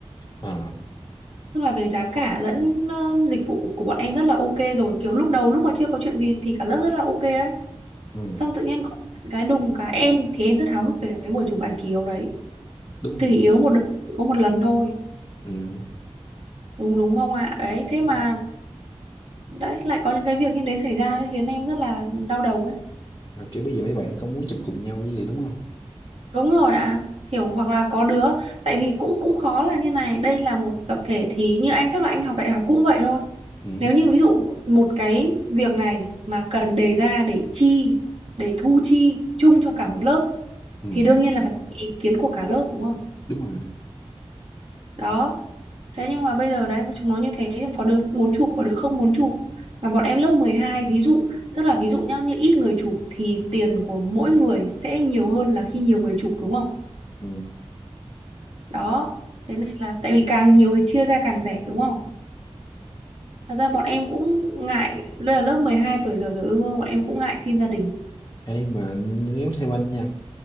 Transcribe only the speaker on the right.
Tức là về giá cả lẫn ờ, dịch vụ của bọn em rất là ok rồi. Kiểu lúc đầu lúc mà chưa có chuyện gì thì cả lớp rất là ok đấy.
Xong tự nhiên có cái đùng cái em thì em rất háo hức về cái buổi chụp bài kỳ yếu đấy.
kỳ
yếu một đời chỉ có một lần thôi.
Đúng đúng không ạ? Đấy, thế
mà
đấy lại có những cái việc như đấy xảy ra đấy khiến em rất là đau đầu ấy.
Đúng rồi ạ. Kiểu hoặc là có đứa tại vì cũng cũng khó là như này, đây là một tập thể thì như anh chắc là anh học đại học cũng vậy thôi
Nếu như ví dụ một cái việc này mà cần đề ra để chi, để thu chi chung cho cả một lớp
thì đương nhiên là phải có ý kiến của cả lớp đúng không?
Đó. Thế nhưng mà bây giờ đấy chúng nó như thế nhưng có đứa muốn chụp có đứa không muốn chụp mà bọn em lớp 12 ví dụ tức là ví dụ nhá như ít người chụp thì tiền của mỗi người sẽ nhiều hơn là khi nhiều người chụp đúng không?
Đó. Thế nên là tại vì càng nhiều thì chia ra càng rẻ đúng không? Thật ra bọn em cũng ngại, đây là lớp 12 tuổi giờ giờ ương ương bọn em cũng ngại xin gia đình.